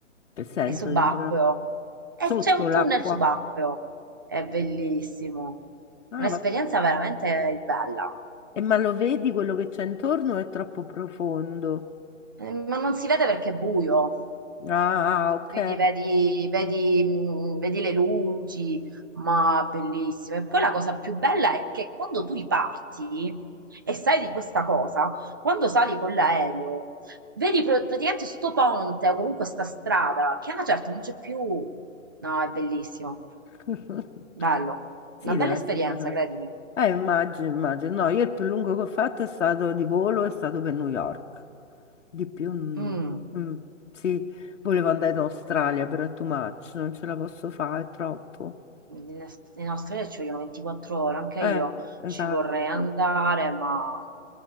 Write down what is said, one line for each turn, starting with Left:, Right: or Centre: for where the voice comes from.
Left: Che senso
Right: È subacqueo.
Left: dentro?
Right: E
Left: Sotto
Right: c'è un
Left: l'acqua.
Right: tunnel subacqueo. È bellissimo.
Left: Ah,
Right: Un'esperienza
Left: vabbè.
Right: veramente bella.
Left: E ma lo vedi quello che c'è intorno o è troppo profondo?
Right: Eh, Ma non si vede perché è buio,
Left: Ah, ok.
Right: quindi vedi, vedi, mh, vedi le luci, ma bellissimo. E poi la cosa più bella è che quando tu riparti e sai di questa cosa, quando sali con l'aereo, vedi pr- praticamente sto ponte o comunque sta strada che a una certa non c'è più. No, è bellissimo.
Left: <laughs>
Right: Bello,
Left: Sì,
Right: una bella
Left: deve essere
Right: esperienza,
Left: stata...
Right: credimi.
Left: Eh, immagino, immagino. No, io il più lungo che ho fatto è stato di volo, è stato per New York. Di più, non-
Right: Mm,
Left: mm, sì, volevo andare in Australia, però è too much, non ce la posso fare, è troppo.
Right: In, Est- in Australia ci vogliono 24 ore, anche
Left: Eh,
Right: io
Left: esatto.
Right: ci vorrei andare, ma